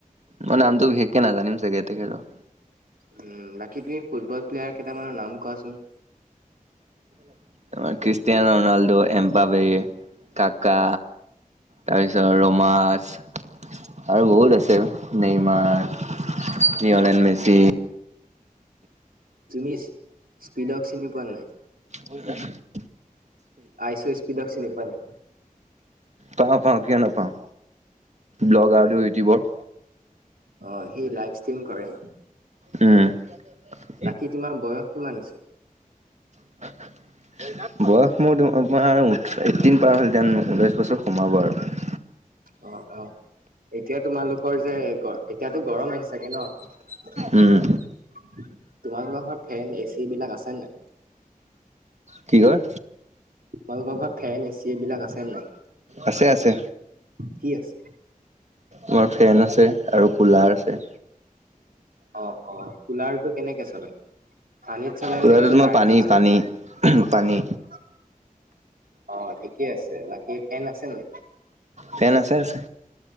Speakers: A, on the right; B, on the right.
A: মই নামটো বিশেষকে নাজানিম চাগে তেখেতৰ।
B: উম, বাকী তুমি ফুটবল প্লেয়াৰ কেইটামানৰ নাম কোৱাচোন।
A: <inaudible> ক্ৰিষ্টিয়ানো ৰনাল্ডো, এম্পাৱে, কাকা। তাৰপিছত ৰ'মাছ, আৰু বহুত আছে নেইমাৰ। লিঅ'নেল মেচি
B: উম, তুমি স্পিডক চিনি পোৱা নাই?
A: হয়, <unintelligible>
B: আইছো স্পিডক চিনি পালো।
A: পাওঁ, পাওঁ, কিয় নাপাওঁ, ব্লগাৰটো
B: উম,
A: ইউটিউবৰ।
B: অ', সি লাইভ ষ্ট্ৰিম কৰে।
A: উম। <unintelligible>
B: বাকী তোমাৰ বয়স কিমান হৈছে?
A: <unintelligible> বয়স মোৰ তোমাৰ ওঠ এইটিন পাৰ হ'ল, যেন ঊনৈশ বছৰ সোমাব আৰু।
B: অ', অ'। এতিয়া তোমালোকৰ যে এতিয়াতো গৰম আহি চাগে ন'? তোমালোকৰ
A: উম,
B: ঘৰত ফেন, এ চি এইবিলাক আছে নাই?
A: কি কয়?
B: তোমালোকৰ ঘৰত ফেন, এ চি এইবিলাক আছে নাই?
A: আছে, আছে।
B: কি আছে?
A: আমাৰ ফেন আছে, আৰু কুলাৰ আছে।
B: অ', অ', কুলাৰটো কেনেকে চলে? পানীত চলে
A: কুলাৰটো
B: নে, কি
A: তোমাৰ
B: কাৰেণ্টত
A: পানী
B: চলে?
A: পানী পানী
B: অ', থিকে আছে, বাকী ফেন আছে নাই?
A: ফেন আছে আছে।